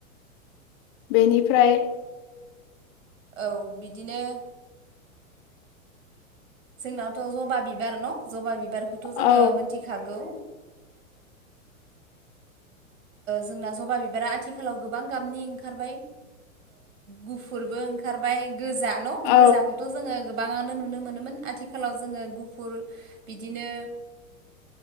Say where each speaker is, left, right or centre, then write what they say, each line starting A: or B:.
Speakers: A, on the left; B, on the right.
A: बेनिफ्राय
B: औ बिदिनो जोंनावथ' जबा बिबार न' जबा बिबारखौथ'
A: औ
B: जोङो मिथिखागौ। जोंना जबा बिबारा आथिखालाव गोबां गाबनि ओंखारबाय गुफुरबो ओं खारबाय गोजा न'
A: औ
B: गोजाखौथ' जोङो बाङानो नुनो मोनोमोन आथिखालाव जोङो गुफुर बिदिनो